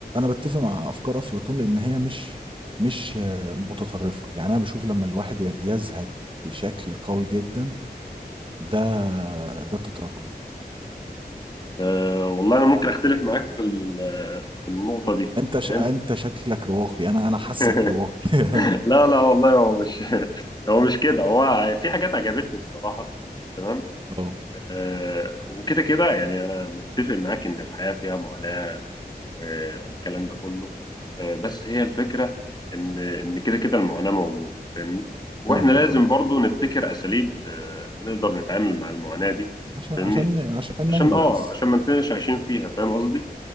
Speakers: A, on the right; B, on the left.
A: بتفق مع أفكار أفلاطون لأن هي مش مش آه، متطرفة يعني أنا بشوف لما الواحد ي- يزهد بشكل قوي جدا ده ده التطرف
B: آه، والله انا ممكن اختلف معاك في ال- في النقطه دي
A: انت ش...
B: فاهم؟
A: انت شكلك رواقي انا انا حاسك
B: <laughs>
A: رواقي
B: لا لا والله هو مش <laughs> هو مش كده هو في حاجات عجبتني الصراحة تمام
A: <laughs> اه
B: آه وكده كده يعني أنا متفق معاك إن الحياة فيها معاناة و- والكلام ده كله آه بس هي الفكرة إن إن كده كده المعاناة موجودة فاهمني وإحنا
A: ايوه ده
B: لازم
A: حقيقي
B: برضو نبتكر أساليب آه نقدر نتعامل مع المعاناة دي
A: عشان
B: فاهمني
A: عشان عشان
B: عشان
A: ننجو
B: آه
A: بس
B: عشان ما نكونش عايشين فيها فاهم قصدي